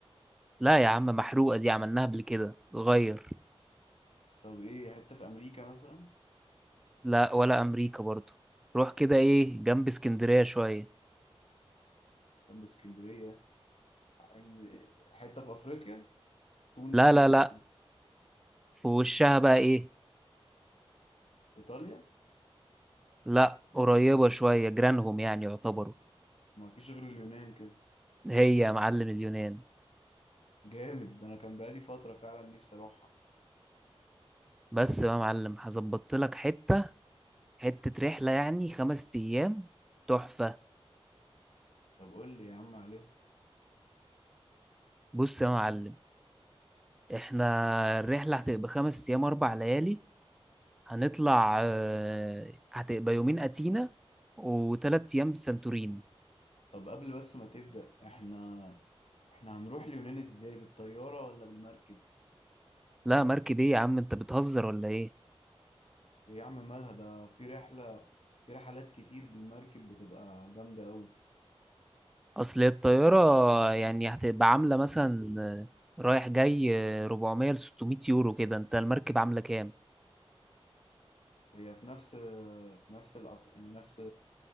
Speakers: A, in the centre; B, on the left (about 75°).
A: لا يا عم محروقة دي عملناها قبل كده غير
B: طب إيه حتة في أمريكا مثلا
A: لا ولا امريكا برضو روح كده ايه جنب اسكندرية شوية
B: جنب اسكندرية يعني حتة في أفريقيا تونس
A: لا
B: مثلا
A: لا لا في وشها بقى ايه
B: إيطاليا
A: لا قريبة شوية جيرانهم يعني يعتبروا
B: ما فيش غير اليونان كده
A: هي يا معلم اليونان
B: جامد ده أنا كان بقالي فترة فعلا نفسي أروحها
A: بس بقى يا معلم هظبطت لك حتة حتة رحلة يعني خمس ايام تحفة
B: طب قول لي يا عم عليها
A: بص يا معلم احنا الرحلة هتبقى خمس أيام أربع ليالي هنطلع آه، هتبقى يومين أتينا وتلات أيام سانتوريني
B: طب قبل بس ما تبدأ إحنا إحنا هنروح اليونان إزاي بالطيارة ولا بالمركب
A: لا مركب إيه يا عم أنت بتهزر ولا إيه؟
B: إيه يا عم مالها ده في رحلة في رحلات كتير بالمركب بتبقى جامدة أوي
A: أصل الطيارة يعني هتبقى عاملة مثلا آه، رايح جاي آه، 400 ل 600 يورو كده أنت المركب عاملة كام؟
B: هي في نفس في نفس الأس... يعني نفس